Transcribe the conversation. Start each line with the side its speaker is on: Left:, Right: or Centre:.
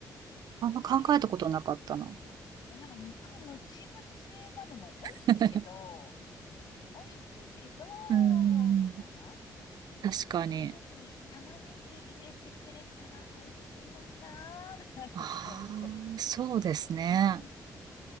Right: あんま考えたことなかったな。
Left: あれ、あれなんか肉ムチムチなのも美味しいけど、
Right: <laughs>
Left: 美味しいけど、
Right: うーん、
Left: みたいな。私、
Right: 確かに。
Left: 玉ねぎ、玉ねぎ入れてくれたら美味しいのになー、なんて。
Right: ああ、そうですね。
Left: うん